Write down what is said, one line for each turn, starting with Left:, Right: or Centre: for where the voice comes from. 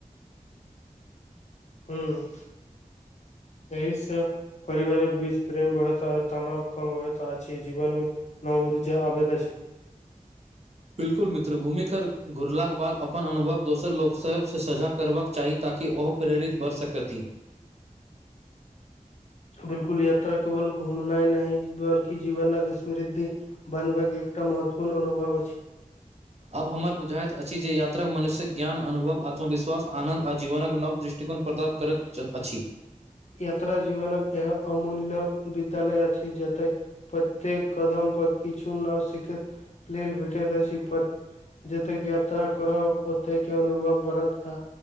Left: हँ अहि से परिवारक बीच प्रेम बढ़तह तनाव कम होयत अछि जीवन मे नव ऊर्जा आबैत अछि
Right: बिल्कुल मित्र घुमि कर घुरलाके बाद अपन अनुभव दोसर लोक सब से सझा करबाक चाही ताकि ओहो प्रेरित बड़ सकरति
Left: बिल्कुल यात्रा केवल घुमनाय नय बल्कि जीवनक अस्मृधि बनबय के एकटा महत्वपूर्ण अनुभव अछि
Right: आब हमर बुझाइत अछि जे यात्रा मनुष्यक ज्ञान अनुभव आत्मवश्वास आनंद आ जीवनक नव दृश टिकोन प्रदात करत च अछि
Left: यात्रा जीवनक येह अमूल्य बितल अछि जेतय प्रत्येक कदम पर किछु नव सिखैत लेल भेटैत अछि पर। जतेक यात्रा करब ओते के अनुभव बढ़त आ